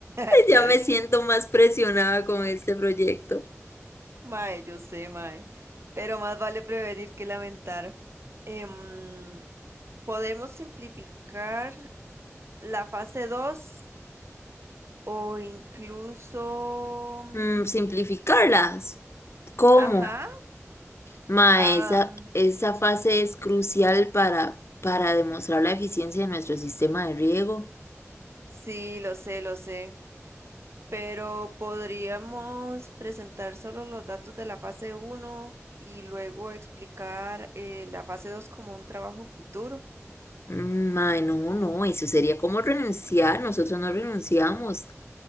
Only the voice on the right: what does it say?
<laughs>
Mae, yo sé, mae. Pero más vale prevenir que lamentar. Em, podemos simplificar la fase 2 o incluso... mm,
Ajá.
am,
sí, lo sé, lo sé. Pero podríamos presentar solo los datos de la fase uno y luego explicar eh, la fase 2 como un trabajo futuro.